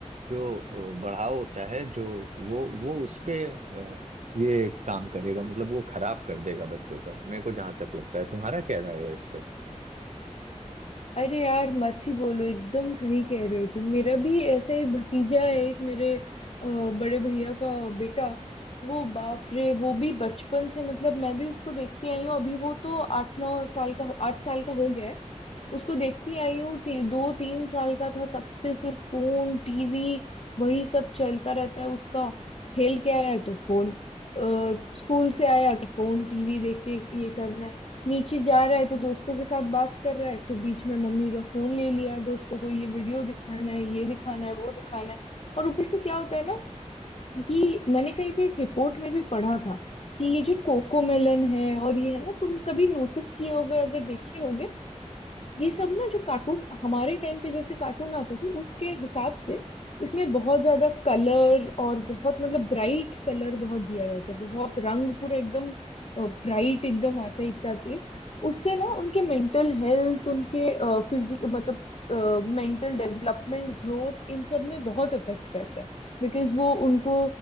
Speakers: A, on the right; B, on the left.
A: जो अ, बढ़ाव होता है जो वो वो उस पे अ, ये काम करेगा मतलब वो खराब कर देगा बच्चों का मेरे को जहाँ तक लगता है तुम्हारा क्या राय है इस पे
B: अरे यार मत ही बोलो एकदम सही कह रहे हो तुम मेरा भी ऐसा ही भतीजा है एक मेरे अ, बड़े भैया का बेटा वो बाप रे वो भी बचपन से मतलब मैं भी उसको देखती आई हूँ अभी वो तो आठ नौ साल का आठ साल का हो गया है उसको देखती आई हूँ ती, दो तीन साल का था तब से सिर्फ फोन टीवी वही सब चलता रहता है उसका खेल के आया तो फोन अ, स्कूल से आया तो फोन टीवी देख के ये करना है नीचे जा रहा है तो दोस्तों के साथ बात कर रहा है तो बीच में मम्मी का फोन ले लिया दोस्तों को ये वीडियो दिखाना है ये दिखाना है वो दिखाना है और ऊपर से क्या होता है ना क्योंकि मैंने कहीं पे एक रिपोर्ट में भी पढ़ा था कि ये जो कोकोमेलन है और ये है ना तुम कभी नोटिस किए होगे अगर देखे होगे ये सब ना जो कार्टून हमारे टाइम पे जैसे कार्टून आते थे उसके हिसाब से इसमें बहुत ज्यादा कलर और बहुत मतलब ब्राइट कलर बहुत दिया जाता है बहुत रंग पूरा एकदम ब्राइट एकदम आता है इतना तेज उससे ना उनके मेंटल हेल्थ उनके फिजिक मतलब मेंटल डेवलपमेंट ग्रोथ इन सब में बहुत इफेक्ट करता है बिकॉज वो उनको